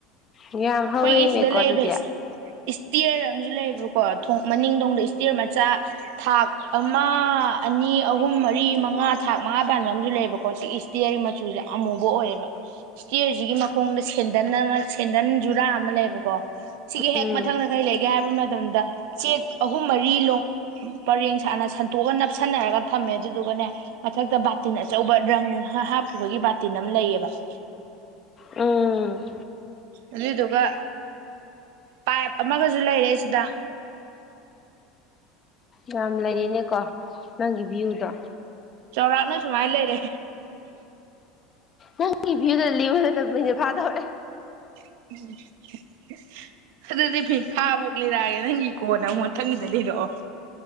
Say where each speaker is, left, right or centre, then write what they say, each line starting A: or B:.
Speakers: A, on the left; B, on the right.
A: ꯌꯥꯝ ꯍꯧꯔꯦꯅꯦꯀꯣ
B: ꯈꯣꯏꯒꯤ ꯁꯤꯗ ꯂꯩꯔꯤꯕ
A: ꯑꯗꯨꯗꯤ
B: ꯏꯁ ꯏꯁꯇꯤꯌꯔ ꯑꯃꯖꯨ ꯂꯩꯕꯀꯣ ꯊꯣꯡ ꯃꯅꯤꯡꯗꯣꯡꯗ ꯏꯁꯇꯤꯔ ꯃꯆꯥ ꯊꯥꯛ ꯑꯃ ꯑꯅꯤ ꯑꯍꯨꯝ ꯃꯔꯤ ꯃꯉꯥ ꯊꯥꯛ ꯃꯉꯥ ꯄꯥꯟꯕ ꯑꯃꯁꯨ ꯂꯩꯕꯀꯣ ꯁꯤꯏꯁ ꯇꯦꯌꯔ ꯃꯆꯨꯖꯦ ꯑꯃꯨꯕ ꯑꯣꯏꯌꯦꯕ ꯏꯁꯇꯤꯌꯔꯖꯤꯒꯤ ꯃꯈꯣꯡꯗ ꯁꯦꯟꯗꯟ ꯑꯃ ꯁꯦꯟꯗꯟ ꯖꯨꯔꯥ ꯑꯃ ꯂꯩꯑꯦꯕꯀꯣ ꯁꯤꯒꯤ ꯍꯦꯛ
A: ꯎꯝ
B: ꯃꯊꯪꯗ ꯀꯔꯤ ꯂꯩꯒꯦ ꯍꯥꯏꯕ ꯃꯇꯝꯗ ꯆꯦꯛ ꯑꯍꯨꯝ ꯃꯔꯤ ꯂꯣꯡ ꯄꯔꯦꯡ ꯁꯥꯅ ꯁꯟꯇꯣꯛꯑꯒꯥ ꯅꯞꯁꯟꯅꯔꯒ ꯊꯝꯃꯦ ꯑꯗꯨꯗꯨꯒꯅꯦ ꯃꯊꯛꯇ ꯕꯥꯇꯤꯟ ꯑꯆꯧꯕ ꯔꯪ ꯍꯥ ꯍꯥꯞꯈꯤꯕꯒꯤ ꯕꯥꯇꯤꯟ ꯑꯃ ꯂꯩꯑꯕ <inaudible>
A: ꯎꯝ
B: ꯑꯗꯨꯗꯨꯒ ꯄꯥꯏꯞ ꯑꯃꯒꯁꯨ ꯂꯩꯔꯦ ꯁꯤꯗ
A: ꯌꯥꯝ ꯂꯩꯔꯦꯅꯦꯀꯣ ꯅꯪꯒꯤ ꯚ꯭ꯌꯨꯗꯣ
B: ꯆꯥꯎꯔꯥꯛꯅ ꯁꯨꯃꯥꯏꯅ ꯂꯩꯔꯦ
A: ꯅꯪꯒꯤ ꯚꯤꯌꯨꯗ <unintelligible> ꯐꯥꯗꯧꯔꯦ
B: <inaudible> ꯑꯗꯨꯗꯤ ꯐꯤ ꯐꯥꯕꯧ ꯂꯤꯔꯛꯑꯒꯦ ꯅꯪꯒꯤ ꯀꯣꯟꯅ ꯑꯃꯨꯛ ꯃꯊꯪꯒꯤꯗ ꯂꯤꯔꯛꯑꯣ